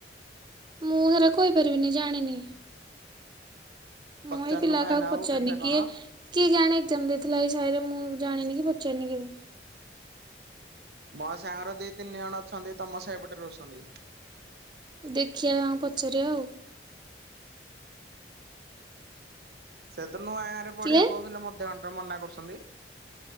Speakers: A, on the right; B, on the right.
A: ମୁଁ ହେରା କହିପାରିବିନି ଜାଣିନି।
B: ପଚାରୁନୁ
A: ମୁଁ ଏଇ ପିଲା
B: ଭାଇନା
A: ହହାକୁ
B: ଆଉ
A: ପଚାରନି
B: କେତେ
A: କିଏ
B: କଣ?
A: କିଏ କେଆଣି ଏକ୍ଜାମ ଦେଇଥିଲା ଏଇ ସାହିରେ ମୁଁ ଜାଣିନି କି ପଚାରିନି କେବେ।
B: ମୋ ସାଙ୍ଗର ଦି ତିନି ଜଣ ଅଛନ୍ତି ତମ ସାହିପଟେ ରହୁସନ୍ତି।
A: ଦେଖିଆ ଆଙ୍କୁ ପଚାରିବା ଆଉ।
B: ସେ ତ ନୂଆ ଗାଁ ରେ ପଢିବାକୁ
A: କିଏ
B: କହୁଥିଲେ ମଧ୍ୟ ଘଣ୍ଟାରେ ମନା କରୁଛନ୍ତି।